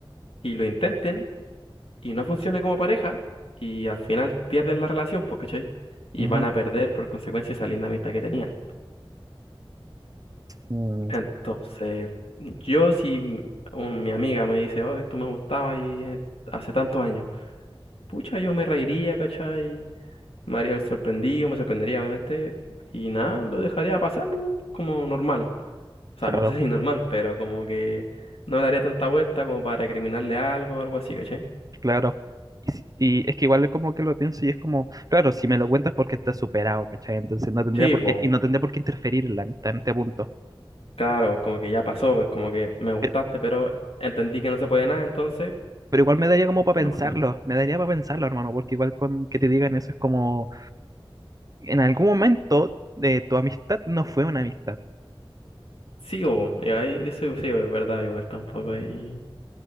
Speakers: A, on the left; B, on the right.
A: y lo intenten, y no funcione como pareja, y al final pierden la relación, pues, ¿cachai? Y
B: Ujú.
A: van a perder por consecuencia esa linda amistad que tenían.
B: Mm,
A: Entonces, yo si m- un- mi amiga me dice, oh, tú me gustabas y eh, hace tantos años, pucha, yo me reiría, ¿cachai? Me haría el sorprendido, me sorprendería, obviamente. Y nada, lo dejaría pasar, ¿no? Como normal. O sea,
B: claro,
A: no sé <laughs> si normal, pero como que no le haría tanta vuelta como para recriminarle algo o algo así, ¿cachai?
B: claro. Y, si- y es que igual como que lo pienso y es como, claro, si me lo cuentas porque está superado, ¿cachai? Entonces no tendría
A: Sí,
B: por
A: pues,
B: qué, y no tendría por qué interferir en la amistad en este punto.
A: claro, como que ya pasó, pues como que me gustaste,
B: Pero,
A: pero entendí que no se puede nada, entonces
B: pero igual me daría como para
A: ya no
B: pensarlo,
A: pasa nada.
B: me daría para pensarlo, hermano, porque igual con que te digan eso es como, en algún momento de tu amistad no fue una amistad.
A: Sí, po, y ahí eso sí, po, es verdad, igual está un poco ahí.